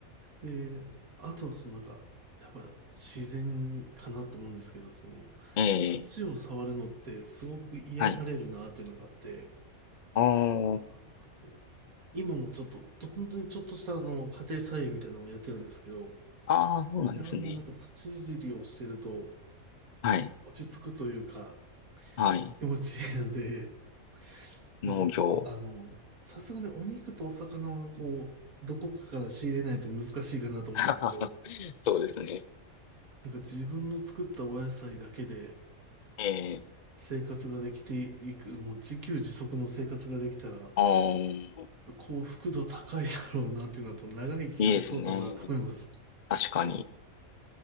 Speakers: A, on the right; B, on the left.
A: で、あとはそのなんか、やっぱ自然かなと思うんですけど、その、
B: ええ、
A: 土を触るのってすごく癒されるなっていうのがあって、
B: はい。あー
A: あーなんかこう、今もちょっと、本当にちょっとしたあの、家庭菜園みたいなのをやってるんですけど、
B: あー、そうなんですね。
A: いやーもうなんか土いじりをしてると
B: はい、
A: 落ち着くというか
B: はい。
A: 気持ちいいので、
B: 農業。
A: なんかあの、さすがにお肉とお魚はこう、どこかから仕入れないと難しいかなと思うんですけど、
B: <laughs> そうですね。
A: なんか自分の作ったお野菜だけで
B: ええ、
A: 生活ができていく、もう自給自足の生活ができたら
B: ああ、い
A: 幸福度高いだろうなっていうのと長生きしそうだなと思います。
B: いですね。確かに。